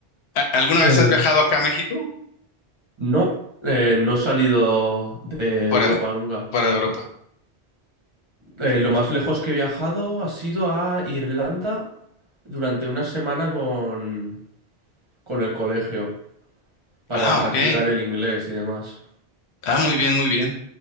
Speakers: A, on the left; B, on the right.
A: ¿A- ¿Alguna
B: Eh,
A: vez has viajado acá a México?
B: no, eh, no he salido de
A: Para,
B: Europa nunca.
A: para Europa.
B: Eh, lo más lejos que he viajado ha sido a Irlanda durante una semana con, con el colegio para
A: Ah,
B: practicar
A: ok.
B: el inglés y demás.
A: Ah, muy bien, muy bien.